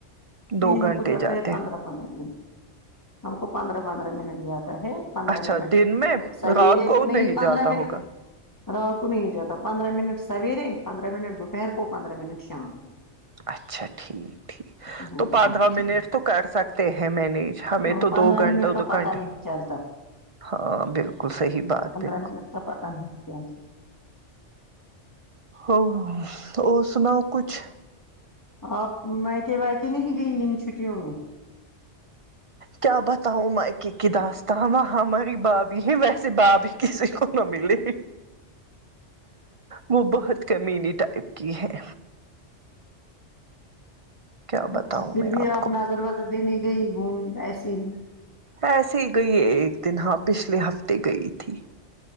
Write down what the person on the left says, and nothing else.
نہیں ہم
کو جاتا
ہے پندرہ پندرہ منٹ ہم کو پندرہ پندرہ منٹ جاتا ہے پندرہ
منٹ
سویرے
نہیں پندرہ
منٹ
ر کو نہیں جاتا پندرہ منٹ سویرے پندرہ منٹ دوپہر کو پندرہ منٹ شام کو
ہوتی
ہے دوسری
ہم
کو
پندرہ
منٹ کا
پتہ نہیں چلتا
ن پ <unintelligible>
آپ میکے کے وائکے نہیں گئی ان چھٹیوں میں
اچ
اچھا پھر
بھی آپ
نظر وظر دینے گئی گھوم ایسے ہی